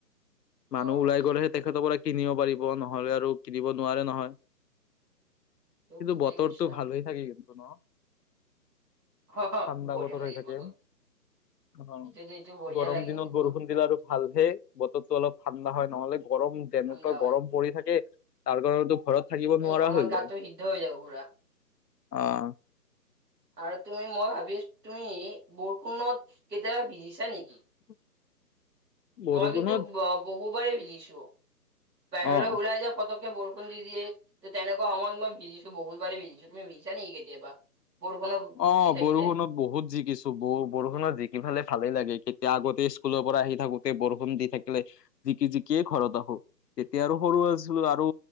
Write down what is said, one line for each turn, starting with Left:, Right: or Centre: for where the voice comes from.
Left: মানুহ
Right: অ'
Left: ওলাই গ'লেহে তেখেত সকলে কিনিব পাৰিব নহ'লে আৰু কিনিব নোৱাৰে নহয়।
Right: ত
Left: কিন্তু
Right: ঠিকেই
Left: বতৰ
Right: কৈছা।
Left: ত ভাল হৈ থাকে কিন্তু ন।
Right: হ হ
Left: ঠাণ্ডা
Right: বঢ়িয়া
Left: বতৰ
Right: লাগে
Left: হৈ থাকে
Right: বতৰত
Left: অ
Right: এইটোতো এইটো বঢ়িয়া
Left: গৰম
Right: লাগে
Left: দিনত
Right: কিন্তু
Left: বৰষুণ
Right: মোৰ
Left: দিলে আৰু ভালহে বতৰটো অলপ ঠাণ্ডা হয় নহ'লে গৰম তেনেকুৱা
Right: ঠাণ্ডা হয়।
Left: গৰম পৰি থাকে তাৰ কাৰণতো ঘৰত থাকিব
Right: এ
Left: নোৱাৰা
Right: গৰমত
Left: হৈ
Right: গাটো
Left: যায়।
Right: সিদ্ধ হৈ যাব পুৰা।
Left: অঁ
Right: আৰু তুমি মই ভাবি আছো তুমি বৰষুণত কেতিয়াবা ভিজিছা নেকি?
Left: <unintelligible> বৰষুণত
Right: মই কিন্তু বহুবাৰেই ভিজিছো বাহিৰলৈ
Left: অ
Right: ওলাই যাওঁ। পকত বৰষুণ দি দিয়ে ত তেনেকুৱা সমত মই ভিজিছো বহুত বাৰে ভিজিছো তুমিজছ নেকি কেতিয়াবা? বৰষুণত
Left: অঁ
Right: দি থাকিলে
Left: বৰষুণত বহুত জিকিছো বু বৰষুণত জিকি পালে ভালেই লাগে কেতিয়া আগতে স্কুলৰ পৰা আহি থাকোতে বৰষুণ দি থাকিলে। জিকি জিকিয়ে ঘৰত আহো তেতিয়া আৰু সৰু আছিলো আৰু